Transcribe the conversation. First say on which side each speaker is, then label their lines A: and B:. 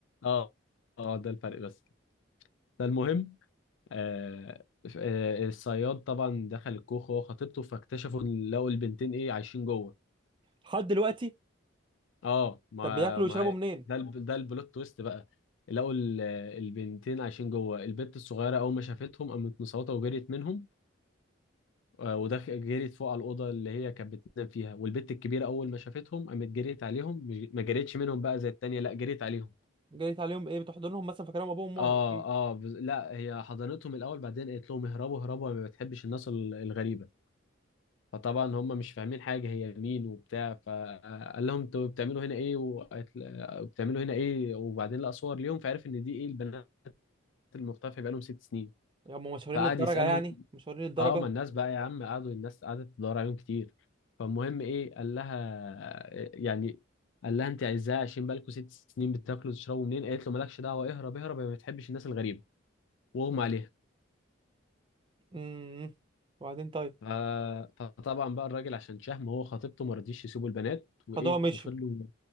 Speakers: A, on the left; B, on the right.
A: اه اه ده الفرق بس فالمهم آه، ف- آه، الصياد طبعا دخل الكوخ هو خطيبته فاكتشفوا إن لقوا البنتين ايه عايشين جوه
B: لحد دلوقتي
A: اه ما
B: طب بياكلوا ويشربوا
A: ما
B: منين
A: ده الب- ده البلوت تويست بقى لقوا ال- البنتين عايشين جوه البنت الصغيره اول ما شافتهم قامت مصوته وجريت منهم آه، ودخ جريت فوق على الاوضه اللي هي كانت بتنام فيها والبنت الكبيره اول ما شافتهم قامت جريت عليهم مش- ما جريتش منهم بقى زي التانيه لا جريت عليهم
B: جريت عليهم ايه بتحضنهم مثلا فاكرهم ابوهم وامهم
A: اه
B: اكيد
A: اه بز- لا هي حضنتهم الاول بعدين قالت لهم اهربوا اهربوا أنا ما بتحبش الناس ال- الغريبه فطبعا هم مش فاهمين حاجة هي مين وبتاع فقال لهم انتوا بتعملوا هنا ايه وقالت- بتعملوا هنا ايه وبعدين لقى صور ليهم فعرف ان دي ايه البنات المختفية بقالهم ست سنين
B: هم مشهورين
A: فقعد
B: للدرجة
A: يسألهم
B: يعني مشهورين للدرجة
A: اه ما الناس بقى يا عم قعدوا الناس قعدت تدور عليهم كتير فالمهم ايه قال لها يعني قال لها انت عايزاه عشان بالكم ست سنين بتاكلوا وتشربوا منين قالت له مالكش دعوة اهرب اهرب يا ما بتحبش الناس الغريبة واغمى عليها
B: امم وبعدين طيب
A: ف- فطبعا بقى الراجل عشان شهم هو خطيبته ما رضيش يسيبوا البنات وايه
B: خدوها مشيوا
A: وفضلوا